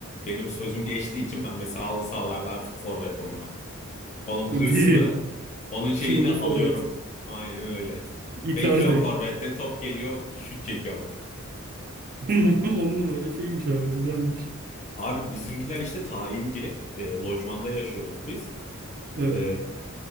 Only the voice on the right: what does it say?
ya.
Değil.
Kilolu
forvet.
Icardi.
<laughs> On
numara on numara şeymiş abi düzenmiş.
Evet.